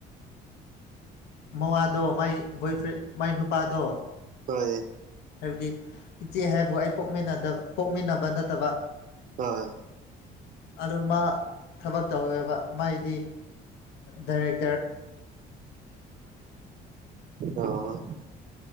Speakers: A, on the left; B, on the right.
A: ꯃꯃꯥꯗꯣ ꯃꯥꯏ ꯕꯣꯏ ꯐ꯭ꯔꯦꯟ ꯃꯥꯏ ꯅꯨꯄꯥꯗꯣ
B: ꯍꯣꯏ
A: ꯍꯥꯏꯕꯗꯤ ꯏꯆꯦ ꯍꯥꯏꯕꯨ ꯑꯩ ꯄꯣꯛꯃꯤꯟꯅꯗꯕ ꯄꯣꯛꯃꯤꯟꯅꯕ ꯅꯠꯇꯕ
B: ꯑ
A: ꯑꯗꯨ ꯃꯥ ꯊꯕꯛ ꯇꯧꯋꯦꯕ ꯃꯥꯏꯗꯤ ꯗꯥꯏꯔꯦꯛ
B: ꯑꯣ